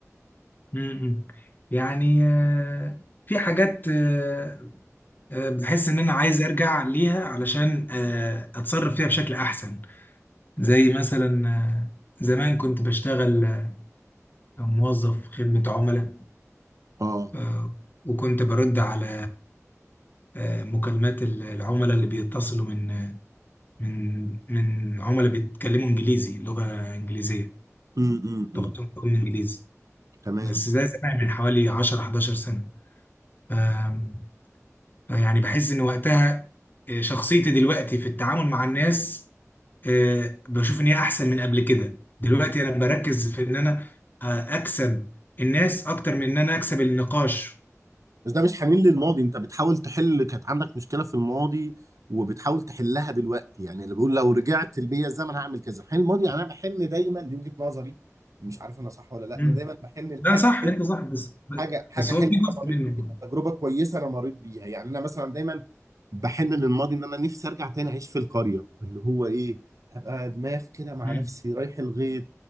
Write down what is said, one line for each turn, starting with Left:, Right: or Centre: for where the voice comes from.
Left: م-م. يعني آه، في حاجات آه، آه، بحس ان انا عايز ارجع ليها علشان آه، اتصرف فيها بشكل احسن زي مثلا آه، زمان كنت بشتغل آه، موظف خدمة عملاء
Right: اه
Left: آه، وكنت برد على آه، مكالمات ال- العملاء اللي بيتصلوا من من من عملاء بيتكلموا انجليزي لغة انجليزية
Right: امم امم
Left: طبعا لغة انجليزي
Right: تمام
Left: بس ده زمان من حوالي 10 11 سنة آم، يعني بحس ان وقتها آه، شخصيتي دلوقتي في التعامل مع الناس آه، بشوف ان هي احسن من قبل كده دلوقتي انا بركز في ان انا آه، اكسب الناس اكتر من ان انا اكسب النقاش
Right: بس ده مش حنين للماضي انت بتحاول تحل كانت عندك مشكله في الماضي وبتحاول تحلها دلوقتي يعني اللي بيقول لو رجعت بيا الزمن هعمل كذا حل الماضي يعني انا بحن دايما دي وجهه نظري مش عارف انا صح ولا لا
Left: مم.
Right: انا دايما بحن لحاجه
Left: ده صح
Right: حلوه
Left: انت صح بس
Right: حاجه حاجه
Left: بس
Right: حلوه
Left: هو في جزء
Right: انا مريت
Left: منه
Right: بيها تجربه كويسه انا مريت بيها يعني انا مثلا دايما بحن للماضي ان انا نفسي ارجع تاني اعيش في القريه اللي هو ايه ابقى دماغ كده مع
Left: مم.
Right: نفسي رايح الغيط